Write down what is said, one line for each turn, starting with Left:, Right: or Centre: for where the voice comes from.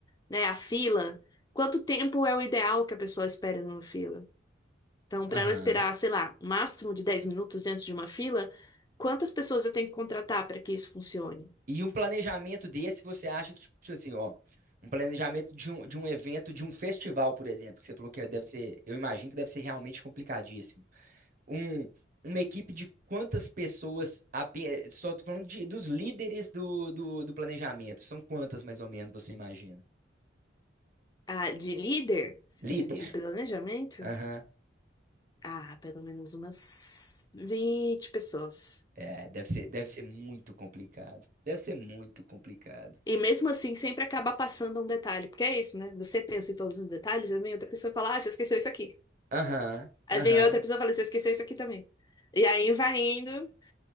Left: né? A fila. Quanto tempo é o ideal que a pessoa espere numa fila? Então,
Right: Aham.
Left: para ela esperar, sei lá, um máximo de 10 minutos dentro de uma fila, quantas pessoas eu tenho que contratar para que isso funcione?
Right: E um planejamento desse, você acha que, tipo assim, ó, um planejamento de um, de um evento, de um festival, por exemplo, que você falou que deve ser, eu imagino que deve ser realmente complicadíssimo. Um, uma equipe de quantas pessoas, ape- só tô falando de, dos líderes do, do, do planejamento, são quantas mais ou menos você imagina?
Left: Ah, de líder?
Right: Líder,
Left: De, de planejamento?
Right: aham,
Left: Ah, pelo menos umas 20 pessoas.
Right: É, deve ser, deve ser muito complicado, deve ser muito complicado.
Left: E mesmo assim, sempre acaba passando um detalhe, porque é isso, né? Você pensa em todos os detalhes, aí vem outra pessoa e fala, ah, você esqueceu isso aqui.
Right: Aham,
Left: Aí
Right: aham.
Left: vem outra pessoa e fala, você esqueceu isso aqui também. E aí vai indo,